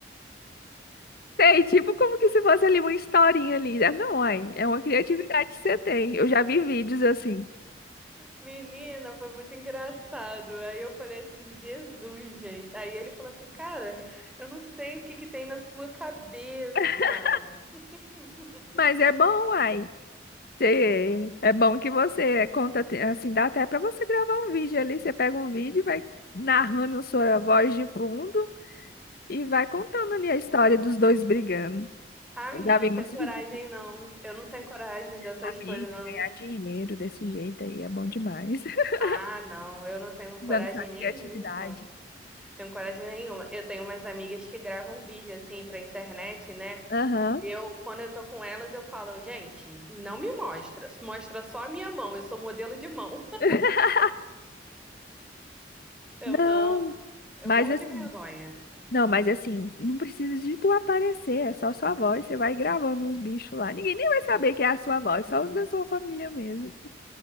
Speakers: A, on the left (about 55°); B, in the centre.
A: sei, tipo como que se fosse ali uma historinha ali. Ah, Não, ai, é uma criatividade que você tem, eu já vi vídeos assim.
B: Menina, foi muito engraçado. Aí eu falei assim, Jesus, gente. Aí ele falou assim, cara, eu não sei o que que tem na sua cabeça.
A: <laughs>
B: <laughs>
A: Mas é bom, ai. Sei. É bom que você conta, te- assim, dá até para você gravar um vídeo ali. Você pega um vídeo e vai narrando sua voz de fundo e vai contando ali a história dos dois brigando.
B: Ah,
A: Eu
B: menina,
A: já vi
B: não
A: muitos
B: tem coragem,
A: vídeos de
B: não. Eu não tenho coragem dessas
A: amigos
B: coisas, não.
A: ganhar dinheiro desse jeito aí, é bom demais. <laughs>
B: Ah, não, eu não tenho
A: Usando
B: coragem
A: sua criatividade.
B: nenhuma. Tenho coragem nenhuma. Eu tenho umas amigas que gravam vídeo assim pra internet, né?
A: Aham.
B: Eu, quando eu tô com elas, eu falo, gente, não me mostra. Mostra só a minha mão. Eu sou modelo de mão. <laughs>
A: <laughs>
B: Eu
A: Não,
B: não, eu
A: mas
B: morro
A: assim,
B: de vergonha.
A: não, mas assim, não precisa de tu aparecer, é só sua voz, você vai gravando uns bichos lá. Ninguém nem vai saber que é a sua voz, só os da sua família mesmo.